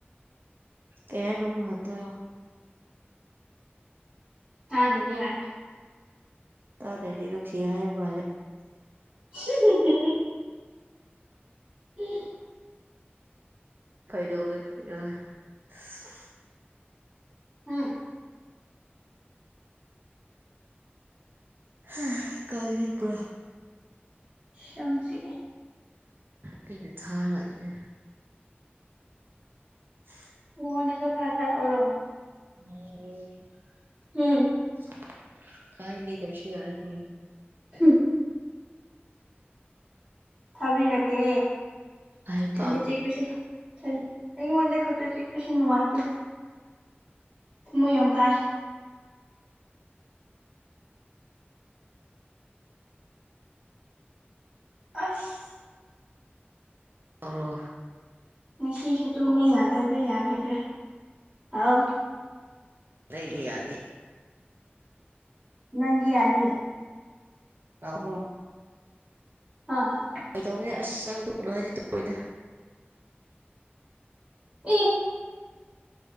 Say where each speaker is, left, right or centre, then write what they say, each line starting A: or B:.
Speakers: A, on the right; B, on the right.
A: ꯀꯌꯥꯅ ꯇ꯫
B: ꯇꯥꯖꯗꯤ ꯌꯥꯔ
A: ꯇꯥꯔ꯭ꯔꯗꯤ ꯅꯨꯡꯁꯤ ꯍꯥꯏ ꯃꯥꯜꯂ
B: ꯎꯝ ꯍꯝꯦ <unintelligible>
A: <unintelligible>
B: ꯍꯝ
A: ꯍꯦ ꯀꯔꯤꯄꯨꯔꯥ
B: ꯌꯥꯝ ꯆꯤꯛꯑꯦ
A: ꯑꯩꯅ ꯊꯥꯔꯛꯏꯅꯦ <unintelligible>
B: ꯐꯣꯟꯗꯁꯨ ꯈꯔ ꯊꯥꯔꯛꯎꯔꯣ꯫
A: <unintelligible>
B: ꯎꯝ
A: <unintelligible> ꯌꯥꯔꯦꯅꯦ꯫
B: ꯎꯝ ꯊꯥꯕꯤꯔꯛꯀꯦ
A: ꯑꯩ
B: ꯈꯟꯗꯦ
A: ꯄꯥꯎ
B: ꯆꯦꯕꯁꯤ ꯍꯟ ꯑꯩꯉꯣꯟꯗ ꯈꯛꯇ ꯆꯤꯛꯄꯁꯤ ꯅꯨꯡꯉꯥꯏꯇꯦ꯫ ꯊꯃꯣꯏ ꯌꯥꯝ ꯀꯥꯏ꯫ ꯑꯁ
A: ꯇꯔꯣ
B: ꯉꯁꯤꯁꯨ ꯇꯨꯝꯕ ꯌꯥꯒꯗ꯭ꯔꯥ ꯌꯥꯒꯗ꯭ꯔꯥ ꯑꯥꯎ
A: ꯑꯩꯗꯤ ꯌꯥꯅꯤ
B: ꯅꯪꯗꯤ ꯌꯥꯅꯤ
A: <unintelligible>
B: ꯍꯥꯥ
A: ꯀꯩꯗꯧꯕꯅꯦ ꯑꯁ ꯅꯪ ꯇꯨꯝꯒꯅꯣ ꯍꯥꯏꯗꯤ ꯇꯨꯝꯔꯣꯏꯗ
B: ꯏ